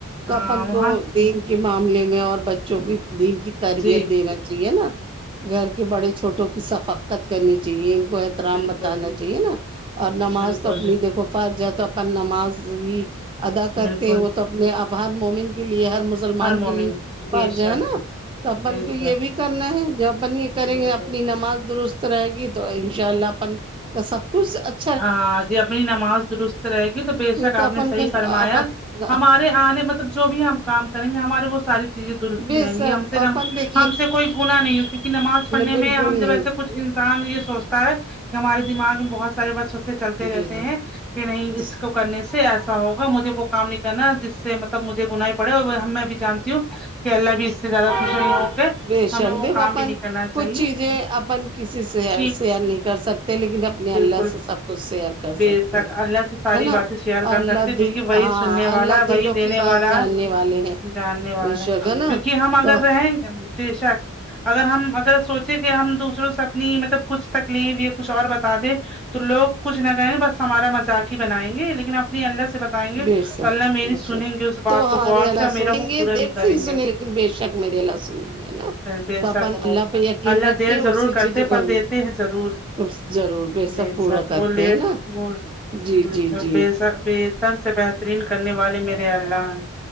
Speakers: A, on the right; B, in the centre.
A: تو
B: ہاں
A: اپن
B: وہاں
A: کو دین کے معاملے میں اور بچوں کی دین کی تربیت
B: جی
A: دینا چاہیے نا گھر کے بڑے چھوٹوں کی صفقت کرنی چاہیے ان کو احترام
B: بالکل
A: بتانا چاہیے نا اور نماز
B: بالکل
A: تو اپنی دیکھو فرض ہے تو اپن نماز بھی ادا کرتے
B: بالکل
A: ہیں وہ تو اپنے اب ہر مومن کے لیے ہر مسلمان
B: ہر مومن
A: کے لیے
B: بے
A: فرض
B: شک
A: ہے نا تو اپن
B: بے
A: کو یہ
B: شک
A: بھی کرنا ہے جب اپن یہ کریں
B: بالکل
A: گے اپنی نماز درست رہے گی تو ان شاء اللہ اپن کا سب کچھ اچھ
B: ہاں جی اپنی نماز درست رہے گی تو بے شک
A: یہ تو
B: آپ
A: اپن
B: نے صحیح
A: کا
B: فرمایا
A: اپن
B: ہمارے آ نے مطلب جو بھی ہم کام کریں گے ہمارے وہ ساری چیزیں درست
A: بے
B: رہیں
A: شک
B: گی ہم سے
A: اپن دیکھیے
B: ہم سے کوئی گنا نہیں ہو کیونکہ نماز پڑھنے
A: بالکل
B: میں ہم جب
A: نہیں
B: ایسے کچھ انسان یہ سوچتا ہے کہ ہمارے دماغ میں بہت سارے وسوسے چلتے رہتے
A: جی
B: ہیں کہ نہیں
A: جی
B: اس کو کرنے سے ایسا ہوگا مجھے وہ کام نہیں کرنا جس سے مطلب مجھے گناہ ہی بڑھے اور ہم میں بھی جانتی ہوں کہ اللہ بھی اس سے زیادہ خوش نہیں ہوں گے
A: بے
B: ہمیں
A: شک
B: وہ
A: دیکھو
B: کام
A: اپن
B: بھی نہیں کرنا چاہیے
A: کچھ چیزیں اپن کسی سے
B: جی
A: سئر نہیں کر سکتے لیکن اپنے اللہ
B: بالکل
A: سے سب کچھ شیئر کر
B: بے
A: سکتے
B: سک
A: ہیں
B: اللہ سے ساری
A: ہے نا
B: باتیں شیئر کر
A: اللہ
B: سکتے کیونکہ
A: دل
B: وہی
A: ہاں
B: سننے
A: اللہ
B: والا
A: دلوں
B: وہی دینے
A: کی بات
B: والا
A: جاننے
B: ہے
A: والے ہیں
B: جاننے والا
A: بے شک ہے نا
B: کیونکہ ہم اگر
A: تو
B: رہیں گے بیشک اگر ہم اگر سوچیں کہ ہم دوسروں سے اپنی مطلب کچھ تکلیف یا کچھ اور بتا دیں تو لوگ کچھ نہ کہیں گے بس ہمارا مذاق ہی بنائیں گے لیکن آپ اپنے اللہ سے بتائیں گے
A: بے شک
B: تو اللہ میری
A: بے
B: سنیں
A: شک
B: گے اس بات
A: تو
B: کو
A: ہمارے
B: غور
A: اللہ
B: سے اور
A: سنیں
B: میرا وہ
A: گے
B: پورا
A: دیر
B: بھی کریں
A: سے ہی سنیں
B: گے
A: بے شک میرے اللہ سنیں گے نا
B: بے
A: تو اپن
B: شک وہ
A: اللہ پہ یقین
B: اللہ
A: رکھ
B: دیر
A: کے
B: ضرور
A: اسی
B: کرتے
A: چیز کو
B: پر دیتے ہیں ضرور
A: اس ضرور
B: بے
A: پورا
B: شک
A: کرتے
B: وہ لیٹ
A: ہیں نا
B: وہ
A: جی
B: بے
A: جی
B: شک
A: جی
B: بےسک بہتر سے بہترین کرنے والے میرے اللہ ہیں